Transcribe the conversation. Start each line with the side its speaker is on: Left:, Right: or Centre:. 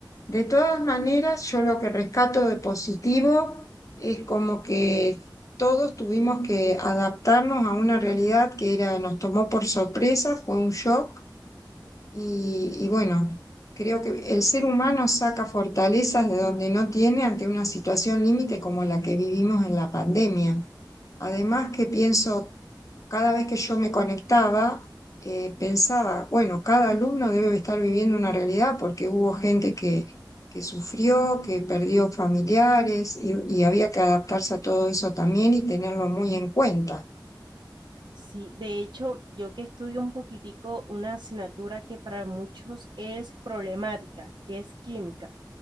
Left: De todas maneras, yo lo que rescato de positivo es como que todos tuvimos que adaptarnos a una realidad que era, nos tomó por sorpresa, fue un shock y, y bueno, creo que el ser humano saca fortalezas de donde no tiene ante una situación límite como la que vivimos en la pandemia. Además que pienso
Right: Ujú.
Left: cada vez que yo me conectaba, eh, pensaba, bueno, cada alumno debe estar viviendo una realidad porque hubo gente que, que sufrió, que perdió familiares y, y había que adaptarse a todo eso también y tenerlo muy en cuenta.
Right: Sí, de hecho, yo que estudio un poquitico una asignatura que para muchos es problemática, que es química.